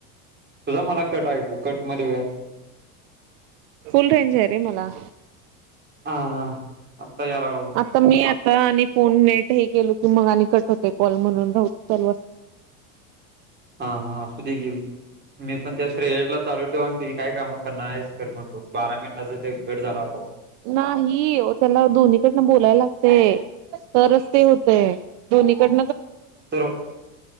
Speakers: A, on the right (about 25°); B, on the right (about 65°).
A: तुझा मला कट ऐकू कट मध्ये वेळ
B: फुल रेंज आहे रे मला
A: हा हा यायला लागला
B: आता मी तर आणि फोन नेट हे केलो की मग आणि कट होते कॉल म्हणून रा लू अस
A: हा हा असूध ग भी मी पण त्या श्रेय ला चालू ठेव आणि तुझी काय कामं करणार आहे कर म्हणतो बारा मिनिटाचा ते गेट झाला आप
B: नाही त्याला दोन्हीकडनं बोलायला लागतेय तरच ते होते निकट
A: तर